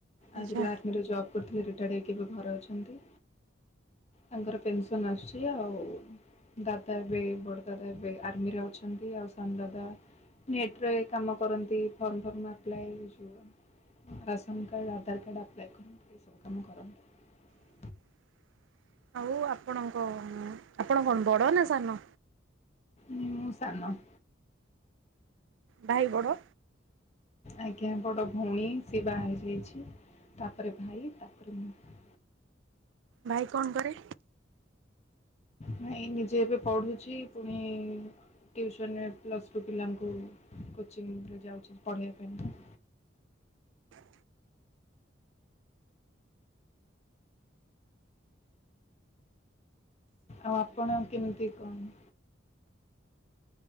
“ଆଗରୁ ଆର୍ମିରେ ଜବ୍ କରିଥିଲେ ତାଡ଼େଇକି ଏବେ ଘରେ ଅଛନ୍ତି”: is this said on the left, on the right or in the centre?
Left